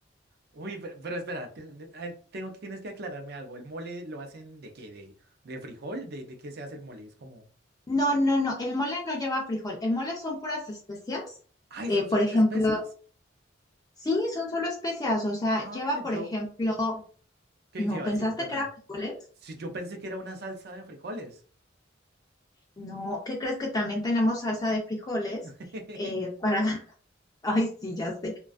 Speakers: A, on the right; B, on the left.
A: Uy, pero, pero espera, ten- ay, tengo que tienes que aclararme algo. ¿El mole lo hacen de qué? ¿De, de frijol? ¿De, de qué se hace el mole? Es como...
B: No, no, no, el mole no lleva frijol, el mole son puras especias.
A: Ay,
B: eh,
A: ¿son
B: por
A: solo
B: ejemplo,
A: las especias?
B: sí, son solo especias, o sea,
A: Ah,
B: lleva, por
A: yo.
B: ejemplo,
A: ¿Qué
B: ¿no
A: lleva
B: pensaste
A: así? Cuéntame.
B: que era frijoles?
A: Si yo pensé que era una salsa de frijoles.
B: No, ¿qué crees que también tenemos salsa de frijoles?
A: <laughs>
B: eh, para, <laughs> ay, sí, ya sé,